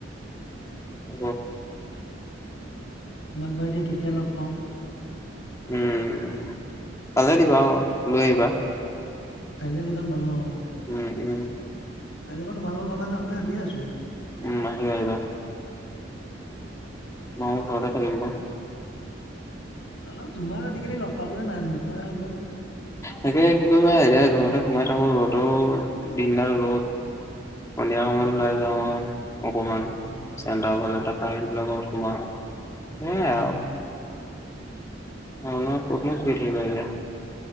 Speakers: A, on the left (about 15°); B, on the left (about 80°).
A: উ
B: তোমাক বাৰু এ দিয়য়া কেতিয়া লগ পাওঁ
A: উম তালে দিবা লৈ আহিবা
B: কাইলৈ লৈ যাম বাৰু অ
A: উম উম
B: কাইলে মই তোমালোকৰ ঘৰ ভালে যাম বুলি ভাবিয়ে আছো
A: উম হ হদা ম ঘৰে াগিব
B: অ তোমাক আজিকালি লগ পাবলৈ না নোপোৱাই হলো
A: তাকে কৰিবা এৰিয়া ঘৰত ততে সোমাই থাকো ৰ'দৰ দিনদাৰ ৰ'দ সন্ধিয়া সময়ত
B: অ
A: ওলাই যাওঁ আৰু অকমান
B: অ
A: চডা বালা সবিলাকৰ সোমা সেয়াই আৰু
B: অ
A: অ কতন প থাকিবতি